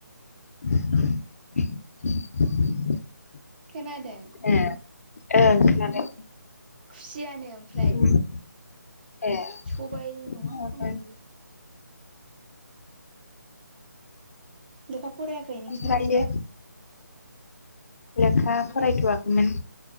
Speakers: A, on the left; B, on the right.
A: <unintelligible> <inaudible>
B: खोनादों
A: ए ओं खोनादों
B: खुसियानो ओमफ्राय
A: उम, ए
B: सबाय नङा
A: ओमफ्राय
B: खोमालै लेखा फरायाखै नोंजिना
A: ओमफ्रायो
B: आजाया
A: लेखा फरायथ'वाखैमोन